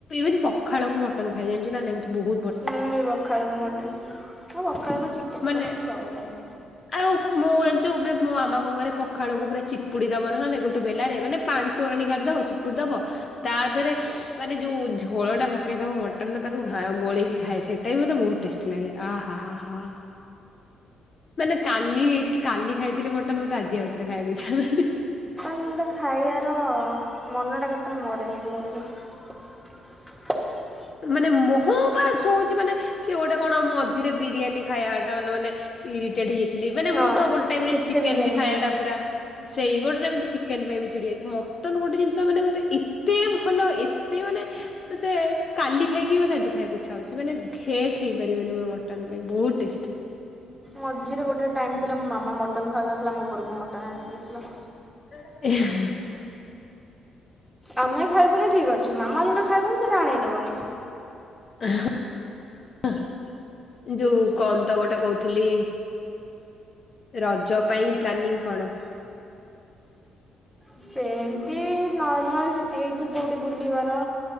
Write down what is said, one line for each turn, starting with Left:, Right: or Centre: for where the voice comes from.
Left: ଇନ ପଖାଳକୁ ମଟନ ଖାଇ ଜାଣିଛୁ ନା ନାଇଁ ମତେ ବହୁ
Centre: ମୁଁ ବି ବଖାଳ ହେବ ମଟନ୍ ଆଉ ବଖାଳ ହେବ ଚିକେନ
Left: ମାନେ
Centre: କେ ଚାବ ନାଇଁ
Left: ଆଉ ମୁଁ ଜଛୁ ମାନେ ମୋ ମାମା କଙ୍କରେ ପଖାଳକୁ ପୁରା ଚିପୁଡି ଦବ ନହେଲେ ଗୋଟେ ବେଲାରେ ମାନେ ପାଣି ତୋରାଣୀ କାଢିଦବ ଚିପୁଡି ଦବ ତା ଦେହରେ ମାନେ ଯୋଉ ଝୋଳ ଟା ପକେଇ ଦବ ମୋ ପଟ ତାକୁ ଖା ଗୋଳକି ଖାଏ ସେଇଟା ମତେ ବହୁତ ଟେଟି ଲାଗେ ଆହ ହ ହଁ ମାନେ କାଲି ହେଇ କାଲି ଖାଇଥିଲି ମଟନ ମତେ ଆଜି ଆଉଥରେ ଖାଇବାକୁ ଛାଉ କି?
Centre: ମୁ ତ ଖାଇବାର ମନଟା କେତେ ମୋରେ ନାହିଁ ମୋ <inaudible>
Left: ମାନେ ମହ ପାଶ ହଉଛି ମାନେ କି ଗୋଟେ କଣ ମ ମଝିରେ ବିରିୟାନୀ ଖାଇବା ଟା ମାନେ ମାନେ ଇରିଟେଟ ହେଇଯାଇଥିଲି ମାନେ
Centre: ହଁ
Left: ମୁଁ ତ ଗୋଟେ ଟାଇମରେ
Centre: କେତେ
Left: ଚିକେନ
Centre: ବିରିୟାନୀ
Left: ବି ଖାଇବା
Centre: ଖାଇଲେ।
Left: ଟା ପୁରା ସେଇ ଗୋଟେ ଟାଇ ଚିକେନ ପାଇଁ ବି ଚଡିାଇ ମଟନ୍ ଗୋଟେ ଜିନିଷ ମାନେ ମତେ ଏତେ ଭଲ ଏତେ ମାନେ ସେ କାଲି ଖାଇକି ମଁ ଆଜି ଖାଇବାକୁ ଇଚ୍ଛା ହୋଉଛି। କି ମାନେ ଘେଟ୍ ହେଇପାରିବନି ମ ମଟନ୍ ପାଇଁ ବହୁତ୍ ଟେଷ୍ଟି।
Centre: ମଝିରେ ଗୋଟେ ଟାଇମ୍ ଥିଲା ମୋ ମାମା ମଟନ୍ ଖାଉନଥିଲା ଆମ ଘରକୁ ମଟନ୍ ଆସିନଥିଲା।
Left: <unintelligible>
Centre: ଆମେ ଖାଇବୁନି ଠିକ୍। <unintelligible> କି ମାମା ଯୋଉଟା ଖାଇବନି ସେଇଟା ଆଣେଇ ଦେବନି।
Left: <unintelligible> ଯୋଉ କଣ ତ ଗୋଟେ କହୁଥିଲି ରଜ ପାଇଁ ପ୍ଲାନିଙ୍ଗ୍ କଣ?
Centre: ସେମିତି ନର୍ମାଲ୍ ଏଇଠି କୋଉଠି ବୁଲିବାର,